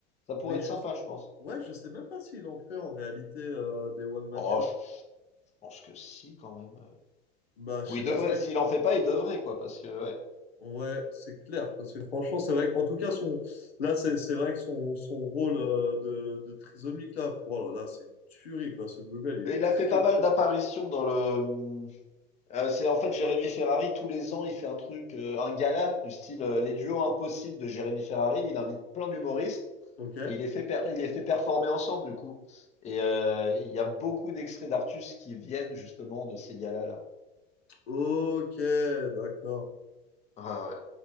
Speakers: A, on the left; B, on the left.
A: Ça pourrait
B: Mais
A: être
B: je
A: sympa, je pense.
B: ouais, je sais même pas s'il en fait en réalité euh, des one man
A: Oh,
B: show.
A: je, je pense que si, quand même.
B: Bah je
A: Oui,
B: sais
A: il devrait.
B: pas, c'est vrai
A: S'il
B: que
A: en fait pas, il devrait, quoi, parce que ouais.
B: Ouais, c'est clair, parce que franchement, c'est vrai qu'en tout cas, son, là, c'est c'est vrai que son, son rôle euh, de, de trisomique, là, pour, oh là là, c'est une tuerie, quoi. Ce Google, il
A: Et
B: est
A: Il
B: très,
A: a fait pas mal
B: très
A: d'apparitions
B: bon.
A: dans le. euh, c'est en fait Jérémy Ferrari. Tous les ans, il fait un truc, euh, un gala du style euh, les duos impossibles de Jérémy Ferrari. Il invite plein d'humoristes.
B: Ok.
A: Et il les fait per- il les fait performer ensemble, du coup. Et euh, il y a beaucoup d'extraits d'Artus qui viennent justement de ces galas-là.
B: Ok, d'accord.
A: Ouais,